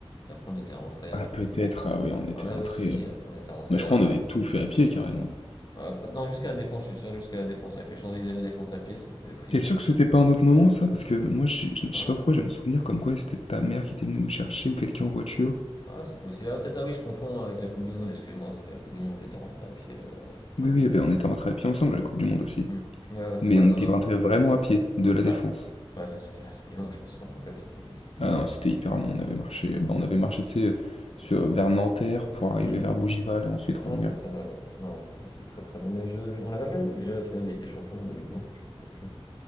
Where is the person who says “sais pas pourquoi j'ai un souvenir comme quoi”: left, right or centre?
Left